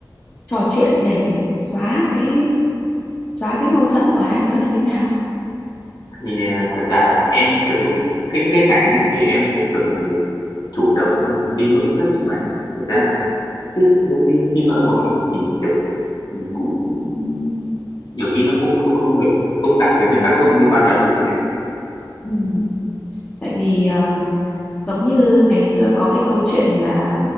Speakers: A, on the left; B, on the left.
A: trò chuyện để xóa cái xóa cái mâu thuẫn của hai đứa là như nào?
B: thì thật ra là em kiểu lúc cái cái ngày ấy nha thì em sẽ thường là người chủ động xong rồi xin lỗi trước nhưng mà thật ra là cứ xin lỗi đi xin lỗi lại ấy thì kiểu mình cũng cũng- nhiều khi nó không không không được không đạt được cái tác dụng như ban đầu ấy chị ạ
A: Ừ. Tại vì ờ, giống như ngày xưa có cái câu chuyện là